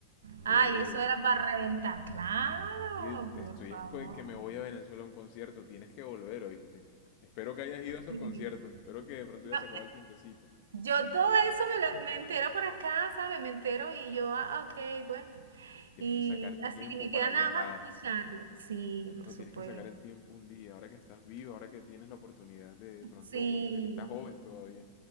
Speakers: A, on the left; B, on the right.
A: Ve,
B: Ay, eso era para reventar, claro,
A: oye,
B: por
A: estoy
B: favor.
A: es co- que me voy a Venezuela a un concierto, tienes que volver, ¿oíste? Espero que hayas ido a esos
B: Sí.
A: conciertos, espero que de pronto
B: No,
A: ya se acaba el tiempecito.
B: yo todo eso me, lo- me entero por acá, ¿sabes? Me entero y yo, ah, ok, pues.
A: Tienes
B: Y
A: que sacar tiempo
B: así me
A: para
B: queda
A: viajar.
B: nada más escucharlo. Sí, por
A: No
B: supuesto.
A: tienes que sacar el tiempo un día, ahora que estás vivo, ahora que tienes la oportunidad de de pronto
B: Sí.
A: volver. y Estás joven todavía.